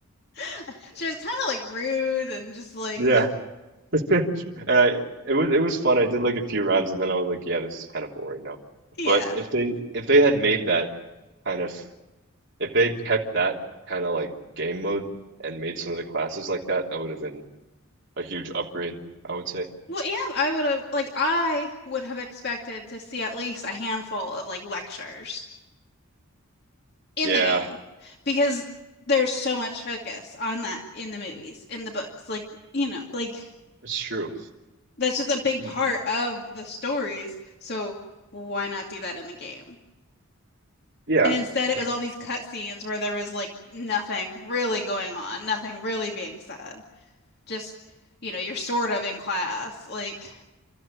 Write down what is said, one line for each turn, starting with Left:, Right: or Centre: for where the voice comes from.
Left: <laughs> she was kind of like rude and just like
Right: Yeah. <laughs> And I it was it was fun. I did like a few rounds and then I was like, yeah, this is kind of boring now.
Left: <laughs> yeah.
Right: But if they if they had made that kind of If they kept that kind of like game mode and made some of the classes like that, that would have been a huge upgrade, I would say.
Left: Well, and I would have like I would have expected to see at least a handful of like lectures in
Right: Yeah,
Left: the game because there's so much focus on that in the movies, in the books. Like, you know, like
Right: it's true.
Left: That's just a big
Right: Hmm.
Left: part of the stories. So why not do that in the game?
Right: Yeah,
Left: And instead,
Right: <laughs>
Left: it was all these cutscenes where there was like nothing really going on, nothing really being said. Just, you know, you're sort of in class. Like